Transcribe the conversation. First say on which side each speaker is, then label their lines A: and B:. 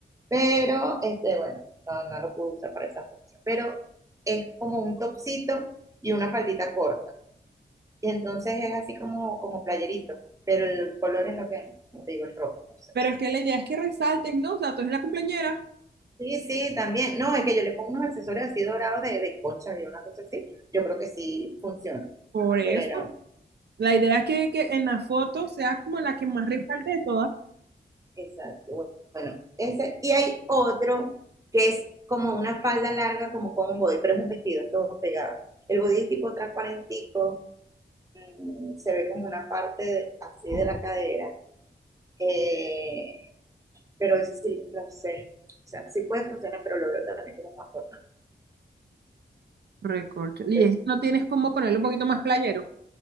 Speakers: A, on the right; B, on the right.
A: Pero, este, bueno, no, no lo pude usar para esa fecha. Pero es como un topsito y una faldita corta. Y entonces es así como, como playerito, pero el color es lo que, como te digo, es rojo, no sé.
B: Pero es que la idea es que resalten, ¿no? O sea, tú eres la cumpleañera,
A: Sí, sí, también. No, es que yo le pongo unos accesorios así dorados de, de concha y una cosa así. Yo creo que sí funciona.
B: por eso.
A: Pero,
B: La idea es que, que en la foto sea como la que más resalte de todas.
A: exacto. bueno, ese, y hay otro que es como una falda larga, como con un body, pero es un vestido, todo pegado. El body es tipo transparentico, mm, se ve como una parte así de la cadera, eh, pero eso sí, no sé. O sea, sí puede funcionar, pero lo veo también como más formal.
B: Recorcho. Y
A: Entonces,
B: eso no tienes como ponerlo un poquito más playero.